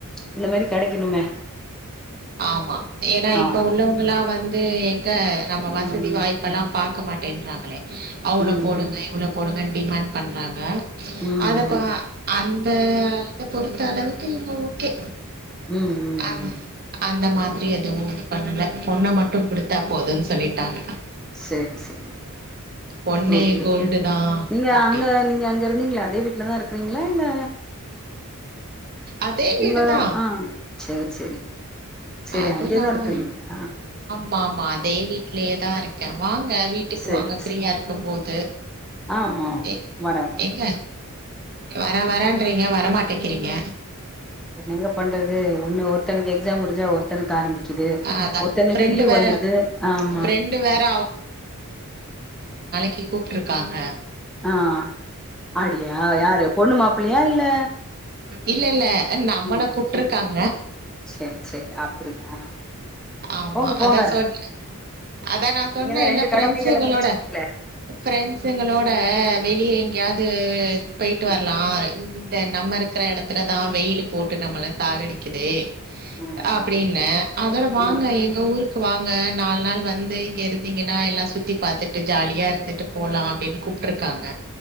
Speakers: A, in the centre; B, on the right.
A: இந்த மாரி கெடைக்கணுமே
B: ஆமா ஏன்னா
A: ஆ
B: இப்ப உள்ளவங்களா வந்து இதே எங் ங்க நம்ம
A: ம் ம்
B: வசதி வாய்ப்பெல்லா பாக் இருக்க மாட்டேன்றாங்களே அவ்ளோ
A: ம்
B: போடுங்க இவ்ளோ போடுங்கன்னு டிமாண்ட் பண்றாங்க
A: ம்
B: அதப்பா
A: ம்
B: அந் தேயா இத பொறுத்த அளவுக்கு நீங்க ஓகே
A: ம் ம்
B: அந்
A: ம்
B: அந்த மார் ரியத் எதுவு இது பண்ணல பொண்ண மட்டு குடுத்தா போதுன்னு சொல்லிட்டாங்க
A: செரி செரி
B: பொன்னே
A: ஓகே
B: கோல்டு
A: ஓகே
B: தான்
A: நீங்க
B: அப்படின்னு
A: அங்க நீங்க அங்க இருந்தீங்களா அதே வீட்டுலதா இருக்கிறீங்களா இல்ல
B: அதே வீடு
A: உங்க
B: தான்
A: ஆஹ் செரி செரி செரி
B: அதுல
A: அங்கேயதா
B: ஆமா
A: இருக்கிறீங்களா
B: ஆமா அதே வீட்டுலேயேதா இருக் கே வாங்க வீட்டுக்கு
A: சரி
B: வாங்க ஃப்ரீயா
A: சரி
B: இருக்கும்போது
A: ஆ ஆ
B: எ
A: வரே வரே
B: எங்க வர வரன்றீங்க வரமாட் டக்கிறீங்க
A: என்னங்க பண்றது ஒன்னு ஒருத்தனுக்கு எக்ஸாம் முடிஞ்சா ஒருத்தனுக்கு ஆரம்பிக்குது
B: அதான்
A: ஒருத்தனுக்கு
B: ஃப்ரெண்டு
A: லீவ்
B: வேற
A: வந்துருது ஆமா
B: ஃப்ரெண்டு வேற கி கூப்ட்டுருகாங்க
A: ஆஹ் அடியா யாரு பொண்ணு மாப்ள்ளையா இல்ல
B: இல்ல இல்ல நம்மள
A: ம்
B: கூப்பிட்டுருக்காங்க
A: சரி சரி அப்டியா
B: ஆமா
A: போங்க போங்க
B: அதா சொன் அதான் நா சொன்ன
A: நீங்கதா
B: இல்ல
A: ரெண்டு
B: ஃப்ரெண்ட்ஸ்ங்களோட
A: கடமைகள முடிச்சுட்டீங்களே
B: ஃப்ரெண்ட்ஸ்ங்களோட க வெளியே எங்கேயாவ்து போயிட்டு
A: ம்
B: வரலா இந்த நம்ம
A: ம்
B: இரு <unintelligible> வெயில் போட்டு நம்மள சாகடிக்குதே
A: ம் ம்
B: அப்டின்ன அதோட வாங்க
A: ம்
B: எங்க ஊருக் கு வாங்க நாலு நாள் வந்து இங்க இருந்தீங்கன்னா எல்லா சுத்தி பாரத்துட்டு ஜாலியா இருந்துட்டு போலா அப்டின்னு கூப்ட்ருக்காங்க